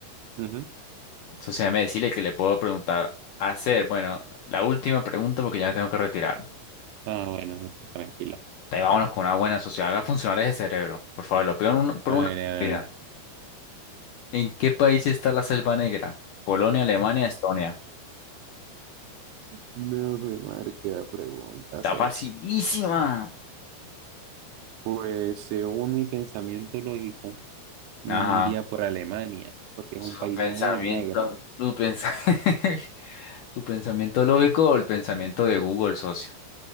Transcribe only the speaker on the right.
Ujú.
Ah, bueno, entonces tranquilo.
A
ver, dale.
No, mi madre, qué da pregunta,
socio.
Pues según mi pensamiento lógico, yo
me iría por Alemania, porque es
un país
muy negro.